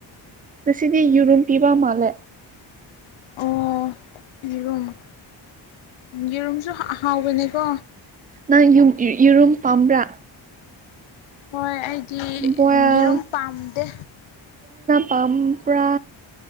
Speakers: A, on the right; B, on the left.
A: ꯉꯁꯤꯗꯤ ꯌꯦꯔꯨꯝ ꯄꯤꯕ ꯃꯥꯜꯂꯦ
B: ꯑꯣ ꯌꯦꯔꯨꯝ ꯌꯦꯔꯨꯝꯁꯨ ꯍ ꯍꯥꯎꯕꯅꯦꯀꯣ
A: ꯅꯪ ꯌꯨꯝ ꯌꯦꯔꯨꯝ ꯄꯥꯝꯕ꯭ꯔꯥ
B: ꯍꯣꯏ ꯑꯩꯗꯤ
A: ꯕꯣꯏꯜ
B: ꯌꯦꯔꯨꯝ ꯄꯥꯝꯗꯦ
A: ꯄꯝꯄ꯭ꯔꯥ